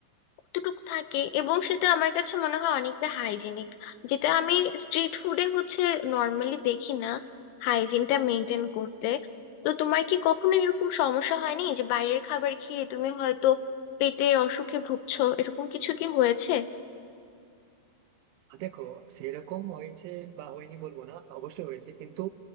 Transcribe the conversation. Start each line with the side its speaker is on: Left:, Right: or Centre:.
Left: অতটুক থাকে এবং সেটা আমার কাছে মনে হয় অনেকটা হাইজিনিক যেটা আমি স্ট্রিট ফুডে হচ্ছে নর্মালি দেখি না হাইজিনটা মেনটেন করতে তো তোমার কি কখনো এরকম সমস্যা হয়নি যে বাইরের খাবার খেয়ে তুমি হয়তো পেটের অসুখে ভুগছো এরকম কিছু কি হয়েছে
Right: দেখো সেরকম হয়েছে বা হয়নি বলবো না অবশ্যই হয়েছে কিন্তু